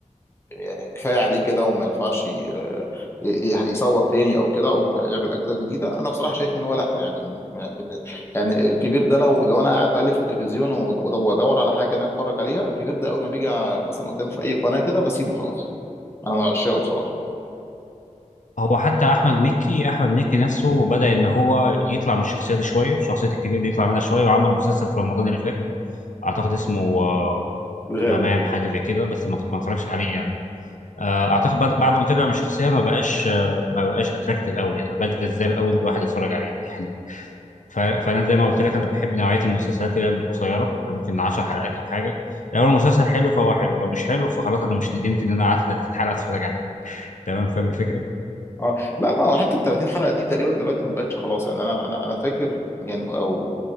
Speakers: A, on the left; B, on the left.
A: يعني كفايه عليه كده وما ينفعش ي- آه، ي- يصور تاني او كده وما يعمل اجزاء جديده انا بصراحه شايف ان هو لا يعني ما- بال- يعني الكبير ده لو لو انا قاعد بقلب في التلفزيون ود- وادور على حاجه ان انا اتفرج عليها الكبير ده اول ما بيجي مثلا قدامي في اي قناه كده بسيبه خلاص انا من عشاقه بصراحه
B: هو حتى احمد مكي احمد مكي نفسه بدا ان هو يطلع من الشخصيه دي شويه شخصيه الكبير دي يطلع منها شويه وعمل مسلسل في رمضان اللي فات اعتقد اسمه آه،
A: الغاوي
B: غمام حاجه زي كده بس ما ما اتفرجش عليه يعني آه، اعتقد بعد بعد ما طلع من الشخصيه ما بقاش آه، ما بقاش اتراكتيف قوي يعني ما بقاش جذاب قوي ان الواحد يتفرج عليه <laughs> يعني ف- فانا زي ما قلت لك انا بحب نوعيه المسلسلات اللي هي القصيره اللي ممكن 10 حلقات او حاجه لو المسلسل حلو فهو حلو لو مش حلو فخلاص انا مش ندمت ان انا قعدت 30 حلقه اتفرج عليه تمام فاهم الفكره
A: اه لا ما هو حته 30 حلقه دي تقريبا دلوقتي ما بقتش خلاص يعني انا انا انا فاكر يعني او